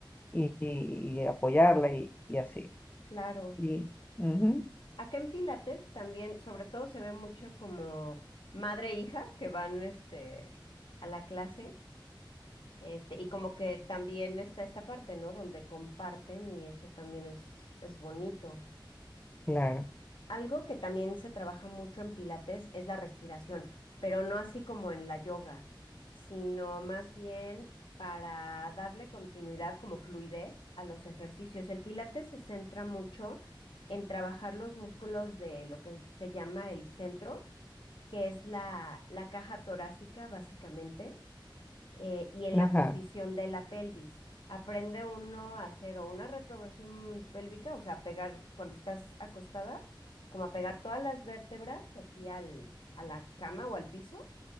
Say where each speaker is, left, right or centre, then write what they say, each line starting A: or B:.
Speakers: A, on the left (about 20°); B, on the left (about 75°).
A: y, y apoyarla y, y así.
B: Claro.
A: Y ujú,
B: Acá en Pilates también, sobre todo, se ve mucho como madre e hija que van este, a la clase. Este, y como que también está esta parte, ¿no? Donde comparten y eso también es, es bonito.
A: claro.
B: Algo que también se trabaja mucho en Pilates es la respiración, pero no así como en la yoga, sino más bien para darle continuidad como fluidez a los ejercicios. El Pilates se centra mucho en trabajar los músculos de lo que se llama el centro, que es la, la caja torácica básicamente eh, y en
A: Ajá.
B: la posición de la pelvis. Aprende uno a hacer o una retroversión pélvica, o sea, a pegar cuando estás acostada, como a pegar todas las vértebras así al, a la cama o al piso,